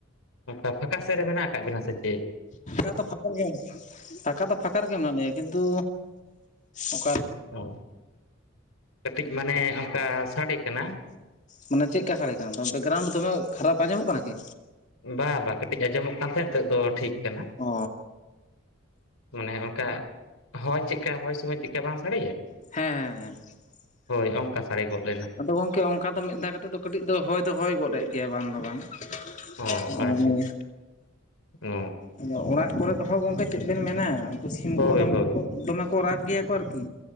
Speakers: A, on the left; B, on the left.
A: ᱚᱝᱠᱟ ᱯᱷᱟᱸᱠᱟ ᱥᱮᱜ ᱨᱮ ᱢᱮᱱᱟᱜ ᱟᱠᱟᱜ ᱵᱮᱱᱟ ᱥᱮ ᱪᱮᱜ?
B: ᱯᱷᱟᱸᱠᱟ ᱫᱚ ᱯᱷᱟᱸᱠᱟ ᱨᱮ ᱜᱮ ᱯᱷᱟᱸᱠᱟ ᱫᱚ ᱯᱷᱟᱸᱠᱟ ᱨᱮᱜᱮ ᱢᱮᱱᱟᱜ ᱞᱤᱧᱟ ᱠᱤᱱᱛᱩ ᱚᱠᱟ᱾
A: ᱦᱳᱭ᱾ ᱠᱟᱹᱴᱤᱡ ᱢᱟᱱᱮ ᱚᱝᱠᱟ ᱥᱟᱰᱮ ᱠᱟᱱᱟ᱾
B: ᱢᱟᱱᱮ ᱪᱮᱜᱠᱟ ᱥᱟᱲᱮ ᱠᱟᱱᱟ ᱵᱮᱠᱜᱨᱟᱣᱩᱱᱰ ᱫᱚᱢᱮ ᱠᱷᱟᱨᱟᱯ ᱟᱸᱡᱚᱢᱚᱜ ᱠᱟᱱᱟ ᱠᱤ?
A: ᱵᱟ ᱵᱟ ᱠᱟᱹᱴᱤᱡ ᱟᱸᱡᱚᱢᱚᱜ ᱠᱟᱱ ᱛᱟᱦᱮᱸᱜ ᱱᱤᱛᱚᱜ ᱫᱚ ᱴᱷᱤᱠ ᱠᱟᱱᱟ᱾
B: ᱚ
A: ᱢᱟᱱᱮ ᱚᱱᱠᱟ ᱦᱚᱭ ᱪᱮᱜᱠᱟ ᱦᱚᱭ ᱥᱚᱢᱚᱭ ᱪᱮᱜᱠᱟ ᱵᱟᱝ ᱥᱟᱰᱮᱭᱟ᱾
B: ᱦᱮᱸ ᱦᱮᱸ ᱦᱮᱸ᱾
A: ᱦᱳᱭ ᱚᱝᱠᱟ ᱥᱟᱲᱮ ᱜᱚᱜ ᱞᱮᱱᱟ᱾
B: ᱟᱫᱚ ᱜᱚᱝᱠᱮ ᱚᱝᱠᱟ ᱫᱚ ᱢᱤᱜ ᱫᱷᱟ ᱠᱟᱛᱮᱫ ᱫᱚ ᱠᱟᱹᱴᱤᱡ ᱫᱚ ᱦᱚᱭ ᱫᱚ ᱦᱚᱭ ᱜᱚᱫ ᱮᱜ ᱜᱮᱭᱟᱭ ᱵᱟᱝ ᱫᱚ ᱵᱟᱝ᱾ <unintelligible>
A: ᱚ ᱟᱪᱪᱷᱟ
B: ᱱᱤᱭᱟᱹ᱾
A: ᱚ
B: ᱟᱫᱚ ᱚᱲᱟᱜ ᱠᱚᱨᱮ ᱫᱚ ᱦᱚᱸ ᱜᱚᱝᱠᱮ ᱪᱮᱜ ᱵᱮᱱ ᱢᱮᱱᱟ ᱩᱱᱠᱩ ᱥᱤᱢ ᱠᱚᱦᱚᱸ
A: ᱦᱳᱭ
B: ᱫᱚᱢᱮ
A: ᱦᱳᱭ
B: ᱠᱚ ᱠᱚ ᱫᱚᱢᱮ ᱠᱚ ᱨᱟᱜ ᱜᱮᱭᱟ ᱠᱚ ᱟᱨᱠᱤ᱾